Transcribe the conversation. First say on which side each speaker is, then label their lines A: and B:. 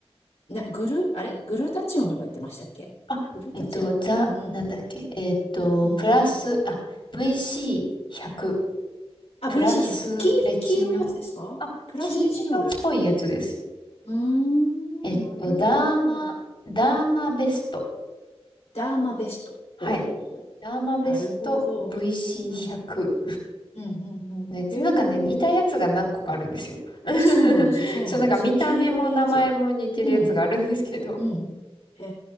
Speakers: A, on the left (about 80°); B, on the left (about 55°).
A: な、グル、あれグルタチオンとか言ってましたっけグルタチオンうんうん。
B: あ、えっと、ザ、なんだっけ、えっと、
A: うんうん。
B: プラス、あ、VC100、
A: あ、
B: プラスレチノール、
A: VC100。黄色、黄色いやつですかプラスレチノール。
B: あ、金色っぽいやつです。
A: うーん、
B: えっと、
A: なるほど。
B: ダーマ、ダーマベスト。
A: ダーマベスト。
B: はい。
A: ほうほうほうほう。
B: ダーマベスト
A: なるほど。
B: VC100。
A: うん。うんうんうん。
B: ね、つなんかね、
A: へえ。
B: 似たやつが何個かあるんですよ。<laughs>
A: そうなんですよ、そうなんですよ。
B: そう、なんか見た目も名前も似てるやつがあるんですけど。
A: 黄色いやつ。うん。うん。へ